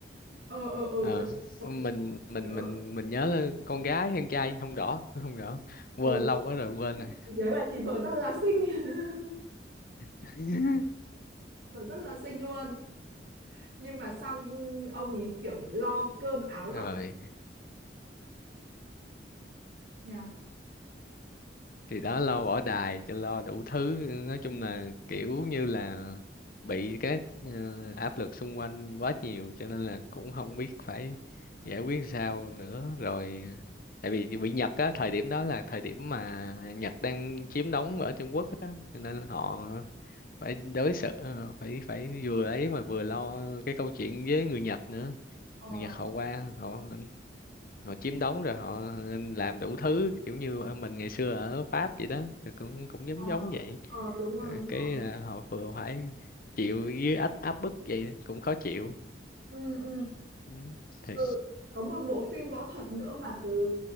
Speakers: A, on the right; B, on the left.
A: ờ ờ ờ
B: ờ,
A: tớ, tớ
B: mình mình
A: nhớ
B: mình mình nhớ là con gái hay con trai không rõ không rõ quên
A: ừ,
B: lâu quá rồi quên rồi
A: tớ nhớ là chị vợ rất là xinh <laughs>
B: <laughs>
A: vợ rất là xinh luôn nhưng mà xong ông ấy kiểu lo cơm áo gạo
B: rồi
A: nhỉ
B: thì đó lo bỏ đài cho lo đủ thứ nói chung
A: Ừ.
B: là kiểu như là bị các ờ, áp lực xung quanh quá nhiều cho nên là cũng không biết phải giải quyết sao nữa rồi tại vì bị Nhật á thời điểm đó là thời điểm mà Nhật đang chiếm đóng ở Trung Quốc á cho nên họ phải đối xử ờ, phải phải vừa ấy mà vừa lo cái câu chuyện với người Nhật nữa
A: ờ
B: người Nhật họ qua họ họ chiếm đóng rồi họ làm đủ thứ kiểu như ở mình ngày xưa ở Pháp vậy đó Rồi cũng cũng giống
A: ờ
B: giống vậy
A: ờ đúng rồi
B: Rồi
A: đúng
B: cái
A: rồi
B: à, họ vừa phải chịu với áp áp bức vậy cũng khó chịu
A: ừ ừ
B: ừ. thì
A: Ừ. Có một bộ phim võ thuật nữa mà tớ